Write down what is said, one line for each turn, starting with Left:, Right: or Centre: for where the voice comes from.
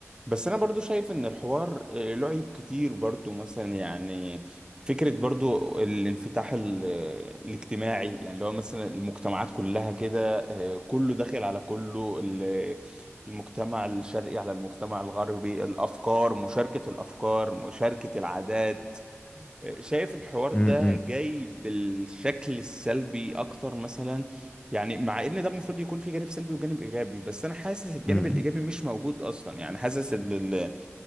Right: بس انا برضو شايف ان الحوار آه، له عيب كتير برضو مثلا يعني فكرة برضو الانفتاح ال- آه، الاجتماعي يعني اللي هو مثلا المجتمعات كلها كده آه، كله داخل على كله ال- المجتمع الشرقي على المجتمع الغربي الافكار مشاركة الافكار مشاركة العادات شايف الحوار
Left: م-
Right: ده
Left: م-
Right: جاي بالشكل السلبي اكتر مثلا يعني مع ان ده المفروض يكون في جانب سلبي وجانب ايجابي بس انا حاسس الجانب
Left: م-
Right: الايجابي مش موجود اصلا يعني حاسس ان اللي